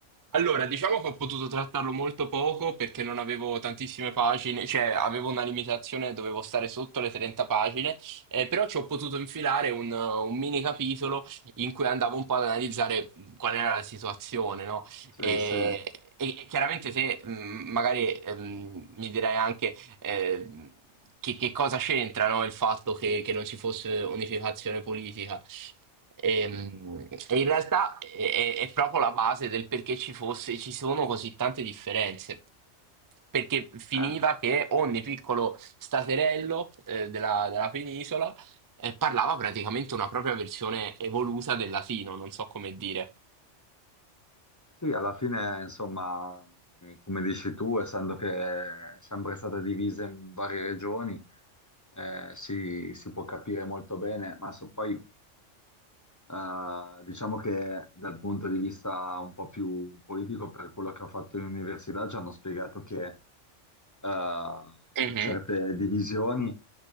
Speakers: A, on the right (about 30°); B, on the left (about 20°).
A: Allora, diciamo che ho potuto trattarlo molto poco perché non avevo tantissime pagine, cioè avevo una limitazione, dovevo stare sotto le 30 pagine, eh, però ci ho potuto infilare un, un mini capitolo in cui andavo un po' ad analizzare qual era la situazione, no?
B: Cioè,
A: E,
B: se-
A: e- e chiaramente se mh, magari ehm, mi direi anche eh, che, che cosa c'entra, no, Il fatto che che non ci fosse unificazione politica. Ehm, E, in realtà è, è- è proprio la base del perché ci fosse, ci sono così tante differenze. Perché finiva
B: eh,
A: che ogni piccolo staterello eh, della, della penisola eh, parlava praticamente una propria versione evoluta del latino, non so come dire.
B: sì, alla fine, insomma, mh, come dici tu, essendo che è sempre stata divisa in varie regioni, eh, si, si può capire molto bene, ma so- poi Eh, diciamo che dal punto di vista un po' più politico, per quello che ho fatto in università, ci hanno spiegato che eh,
A: Mhm.
B: certe divisioni